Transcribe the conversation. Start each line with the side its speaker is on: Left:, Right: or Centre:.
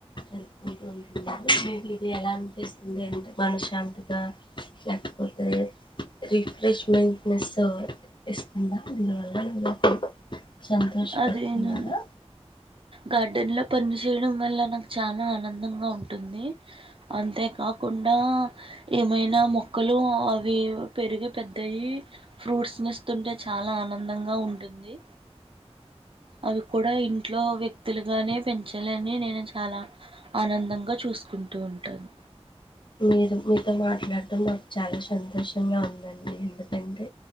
Left: జరుపుకుంటున్నారు. ఇది ఎలా అనిపిస్తుంది అంటే మన శాంతిగా లేకపోతే రిఫ్రెష్మెంట్నెస్ ఇస్తుందా <unintelligible> సంతోషపడుతున్నారా
Right: అదేనా గార్డెన్లో పని చేయడం వల్ల నాకు చాలా ఆనందంగా ఉంటుంది అంతేకాకుండా ఏమైనా మొక్కలు అవి పెరిగి పెద్దయ్యి ఫ్రూట్స్ నీ ఇస్తుంటే చాలా ఆనందంగా ఉంటుంది. అవి కూడా ఇంట్లో వ్యక్తులుగానే పెంచాలని నేను చాలా ఆనందంగా చూసుకుంటూ ఉంటాను.
Left: మీరు మీతో మాట్లాడటం మాకు చాలా సంతోషంగా ఉందండి. ఎందుకంటే